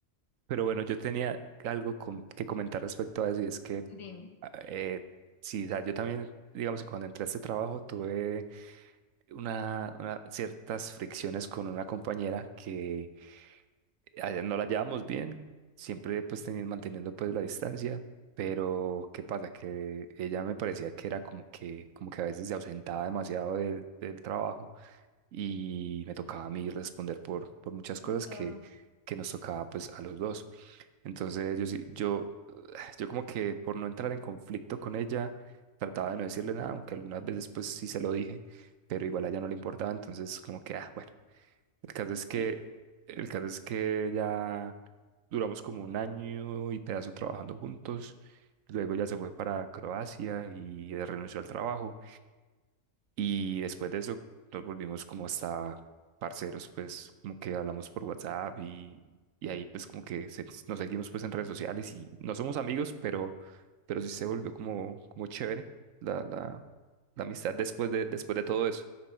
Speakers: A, on the right (about 80°); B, on the left (about 25°).
A: Pero bueno, yo tenía algo com- que comentar respecto a eso y es que,
B: Dime.
A: ah, eh, sí, o sea, yo también, digamos que cuando entré a este trabajo tuve una, una- ciertas fricciones con una compañera que eh, no la llevábamos bien, siempre pues teni- manteniendo pues la distancia, pero ¿qué pasa? Que ella me parecía que era como que, como que a veces se ausentaba demasiado del del trabajo y me tocaba a mí responder por, por muchas
B: por
A: cosas
B: todo.
A: que, que nos tocaba pues a los dos. Entonces yo, sí- yo, <sighs> yo como que por no entrar en conflicto con ella, trataba de no decirle nada, aunque algunas veces pues sí se lo dije, pero igual a ella no le importaba, entonces como que, ah, bueno, el caso es que,
B: Sí,
A: el caso es que ya duramos como un año y pedazo trabajando juntos, luego ella se fue para Croacia y renunció al trabajo. Y después de eso nos volvimos como hasta parceros, pues como que hablamos por WhatsApp y, y ahí pues como que se- nos seguimos pues en redes sociales y no somos amigos, pero, pero sí se volvió como, como chévere la, la, la amistad después de, después de todo eso.